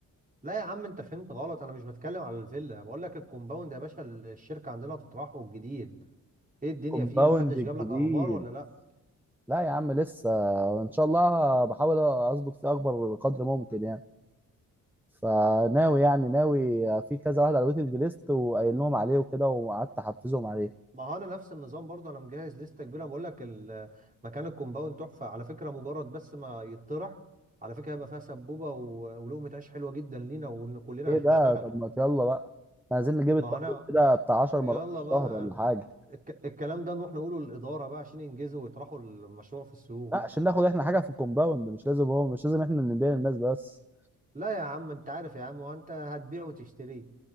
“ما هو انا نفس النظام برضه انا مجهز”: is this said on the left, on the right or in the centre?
Right